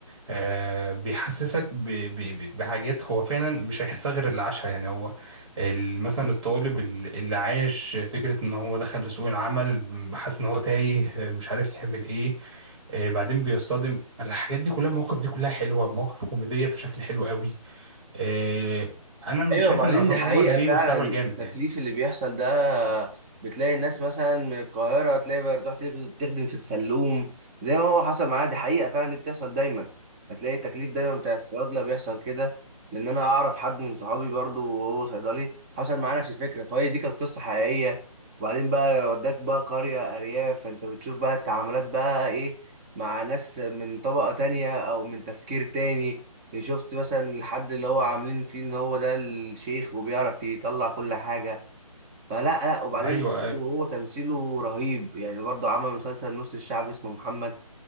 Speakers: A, on the right; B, on the right.
A: آه، بيحسسك ب- ب- ب- بحاجات هو فعلا مش هيحسها غير اللي عاشها يعني هو ال- مثلا الطالب ال- اللي عايش فكرة ان هو دخل لسوق العمل م- حاسس ان هو تايه آه، مش عارف يعمل ايه آه، بعدين بيصطدم الحاجات دي كلها المواقف دي كلها حلوة مواقف كوميدية بشكل حلو قوي آه، انا مش
B: ايوه
A: شايف
B: وبعدين
A: ان عصام
B: دي حقيقة
A: عمر ليه
B: فعلا
A: مستقبل جامد
B: التكليف
A: يعني
B: اللي بيحصل ده بتلاقي الناس مثلا من القاهرة تلاقي بقى تروح تخ- تخدم في السلوم زي ما هو حصل معايا دي حقيقة فعلا دي بتحصل دايما هتلاقي التكليف دايما بتاع الصيادلة بيحصل كده لأن أنا أعرف حد من صحابي برضو وهو صيدلي حصل معاه نفس الفكرة فهي دي كانت قصة حقيقية وبعدين بقى وداك بقى قرية أرياف فأنت بتشوف بقى التعاملات بقى إيه مع ناس من طبقة تانية أو من تفكير تاني شفت مثلا الحد اللي هو عاملين فيه ان هو ده الشيخ وبيعرف يطلع كل حاجة فلا لا وبعدين
A: ايوه
B: هو تمثيله رهيب يعني برضه عمل مسلسل نص الشعب اسمه محمد